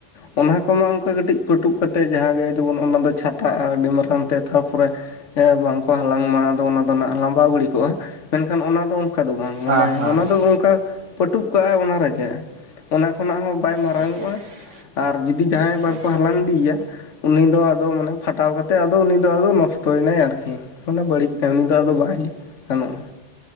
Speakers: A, on the left; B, on the right.
A: ᱚᱱᱟ ᱠᱚᱢᱟ ᱚᱱᱠᱟ ᱠᱟᱹᱴᱤᱡ ᱯᱟᱴᱩᱵ ᱠᱟᱛᱮ ᱡᱟᱦᱟᱸ ᱜᱮ ᱡᱮᱢᱚᱱ ᱚᱱᱟ ᱫᱚ ᱪᱷᱟᱛᱟᱜᱼᱟ ᱟᱹᱰᱤ ᱢᱟᱨᱟᱝ ᱛᱮ ᱛᱟᱨᱯᱚᱨᱮ ᱵᱟᱝᱠᱚ ᱦᱟᱞᱟᱝᱢᱟ ᱟᱫᱚ ᱚᱱᱟ ᱫᱚ ᱞᱟᱵᱟᱣ ᱜᱤᱲᱤ ᱠᱚᱜᱼᱟ᱾ ᱢᱮᱱᱠᱷᱟᱱ ᱚᱱᱟ ᱫᱚ ᱚᱱᱠᱟ ᱫᱚ ᱵᱟᱝ᱾
B: ᱦᱮᱸ
A: ᱢᱟᱱᱮ
B: ᱦᱮᱸ
A: ᱚᱱᱟ
B: ᱦᱮᱸ
A: ᱫᱚ ᱚᱱᱠᱟ ᱯᱟᱹᱴᱩᱵ ᱠᱟᱜᱼᱟᱭ ᱚᱱᱟ ᱨᱮᱜᱮ ᱾ ᱚᱱᱟ ᱠᱷᱚᱱᱟᱜ ᱦᱚᱸ ᱵᱟᱭ ᱢᱟᱨᱟᱝᱚᱜᱼᱟ᱾
B: ᱟᱪᱪᱷᱟ ᱟᱪᱪᱷᱟ ᱦᱮᱸ
A: ᱟᱨ ᱡᱩᱫᱤ ᱡᱟᱦᱟᱸᱭ ᱵᱟᱝᱠᱚ
B: ᱟᱨ
A: ᱦᱟᱞᱟᱝ ᱤᱫᱤᱭᱮᱭᱟ ᱩᱱᱤ ᱫᱚ ᱟᱫᱚ ᱢᱟᱱᱮ ᱯᱷᱟᱴᱟᱣ ᱠᱟᱛᱮ ᱟᱫᱚ ᱩᱱᱤ ᱫᱚ ᱟᱫᱚ ᱱᱚᱥᱴᱚᱭᱱᱟᱭ ᱟᱨᱠᱤ ᱢᱟᱱᱮ ᱵᱟᱹᱲᱤᱡ᱾ ᱩᱱᱤ ᱫᱚ ᱟᱫᱚ ᱵᱟᱭ ᱜᱟᱱᱚᱜᱼᱟ